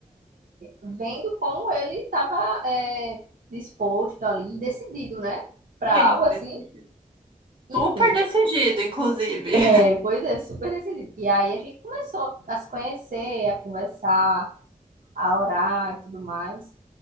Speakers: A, on the right; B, on the right.
A: vendo como ele estava é, disposto ali, decidido, né? Para
B: Sim,
A: algo assim.
B: decidido.
A: Enfim,
B: Super decidido, inclusive.
A: é, pois é, super decidido. E aí a gente começou a se conhecer, a conversar, a orar e tudo mais.